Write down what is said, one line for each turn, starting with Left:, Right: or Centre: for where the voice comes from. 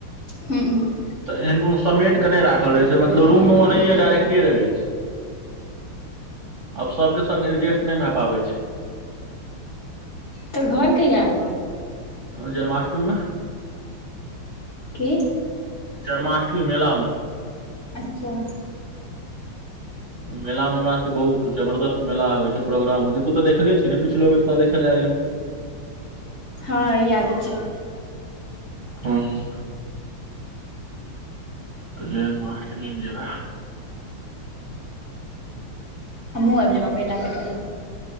Left: हुँ
Right: तऽ एहन कोनो समेट कऽ नहि राखल रहै छै मतलब रूममे ओनाहियए डायरेक्टे रहै छै आब सभके सग एडजेस्ट नहि भए पाबै छै
Left: तऽ घर कहिया एबहक
Right: जन्माष्टमीमे
Left: की
Right: जन्माष्टमी मेलामे
Left: अच्छा
Right: मेला मे हमरा सबके बहुत जबरदस्त मेला होइ छै प्रोग्राम होइ छै तू तऽ देखले छिन ने पछलो बेर तऽ देखे लए रहियौ
Left: हँ याद छै
Right: हुँ तऽ जन्माष्टमी मे जेबै
Left: हमूह आबि जेबअ मेला देखलय